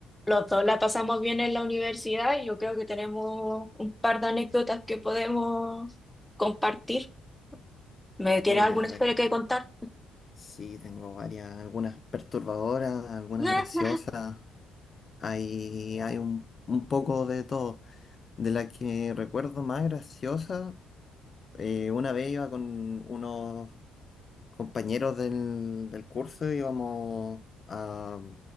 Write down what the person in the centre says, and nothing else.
Los dos la pasamos bien en la universidad y yo creo que tenemos un par de anécdotas que podemos compartir. ¿Me tienes
alguna
historia que contar?
<laughs>